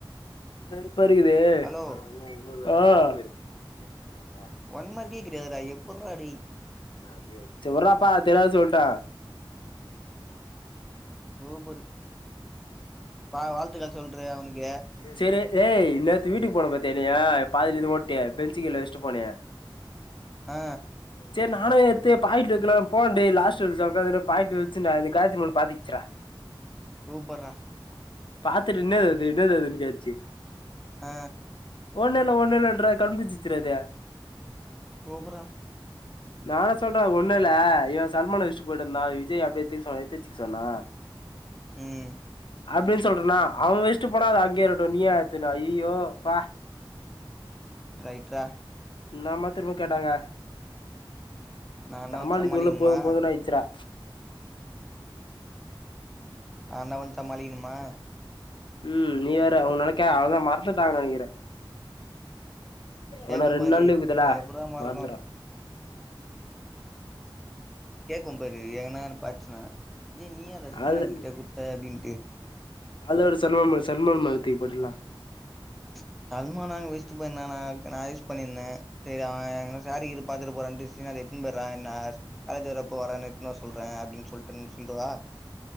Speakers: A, on the left (about 70°); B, in the centre.
A: வெறுப்பா இருக்குது
B: ஹலோ
A: ஆ தா
B: ஒன்மார்கே கெடையாதுடா எப்பிட்றா டேய்
A: செரி விட்றாப்பா தெரியாத சொல்ட்ட
B: சூப்பரு பா வாழ்த்துக்கள் சொல்றியா அவனுக்கு
A: செரி ஏய் நேத்து வீட்டுக்கு போன பாத்தியா என்னைய பாதில இருந் ஓட்டியே பெஞ்சு கீழ வெச்சுட்டு போனியே
B: ஆ
A: செரி நானு எத்து பாக்கெட்ல வெக்கலானு போன் டேய் லாஸ்ட் எக்சாம்ல அதன பாக்கெட்ல வெச்சண்டா அந்த காயத்ரி பொண்ணு பாத்துகிச்சு டா
B: சூப்பட்றா
A: பாத்துட்டு என்னது அது என்னது அதுன்னு கேட்டுச்சு
B: அ
A: ஒன்னில்ல ஒன்னில்லன்ற கண்புச்சிச்சிட்ரா அது
B: சூப்பரா
A: நானு சொல்றே அது ஒன்னில்ல இவ சல்மான் வச்சிட்டு போய்ட்டு வந்தா விஜய் அப்டியே எதுக் சொன் எடுத்து வைச்சுக் சொன்னா
B: உம்
A: அப்டின் சொல்றேனா அவ வெச்சுட்டு போனா அது அங்கேயே இருகட்டு நீயே எடுத்துக்குன் வ அய்யயோ அப்பா
B: ரைட் ரா
A: என்னமா தெர்மா கேட்டாங்க
B: நான்தா
A: சமாளிக்கிறதுக்குள்ள
B: வந்து சமாளிக்கணுமா
A: போதுபோதுன் ஆயிர்ச்சு டா
B: ஆ நா வந் சமாளிக்கனுமா
A: உம் நீ வேற அவுங்க நெனைக்க அவளதா மறச்சுட்டங்க நெனைக்கிறே
B: கேக்கும்
A: ஆனா ரெண்டு
B: பாரு
A: நாள் இருக்குதுல
B: அது எப்புட்றா மறக்கு
A: மறந்துரோ
B: கேக்கோ பாரு எங்கனான் பாத்துச்சுனா ஏ நீயா <unintelligible>
A: அது
B: கிட்ட குத்த அப்டின்ட்டு
A: அதுல ஒரு <unintelligible> மேல தூக்கி போட்டுர்லா
B: ச் சல்மானா அங்க வெச்சட்டு போயிருந்தானா நா இருக் நா யூஸ் பண்ணிருந்தே சேர் அவ எங்கன்னா சாரிகீறு பாத்தர போறான்ட்டு கிறிஸ்டின் அத எத்துன் போய்யர்ரா நா ஸ் காலேஜ் வரப்ப வரேனு எட்டுன் வரசொல்றே அப்டின் சொல்டேன் சொல்லிடவா